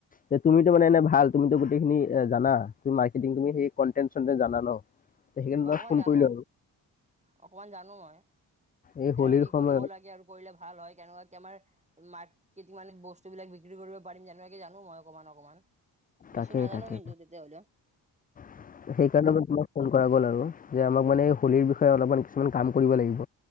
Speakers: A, on the left; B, on the right.
A: যে তুমিতো, মানে, এনে ভাল, তুমিতো গোটেইখিনি এ জানা। মাৰ্কেটিং, তুমি সেই কণ্টেট-চণ্টেট জানা, ন? সেইকন
B: অকমান
A: ফোন
B: জানো
A: কৰিলো আৰু-
B: অকমান জানো মই।
A: এই
B: তেনেকুৱা
A: হোলীৰ
B: কি
A: সময়ত
B: কৰিব লাগে, আৰু কৰিলে ভাল হয়? কেনেকৱাকৈ কেমাৰ মাকটিং, মানে, বস্তুবিলাক বিক্ৰী কৰিব পাৰিম, যেনেকে জানো। মই অকণমান অকণমান,
A: তাকেই
B: বেছি নাজানো।
A: তাকে
B: কিন্তু নেজানো কিন্তু তেতিয়াহ'লে
A: <unintelligible> কৰা গ'ল, আৰু যে আমাক মানে হোলীৰ বিষয়ে অলপমান কিছুমান কাম কৰিব লাগিব।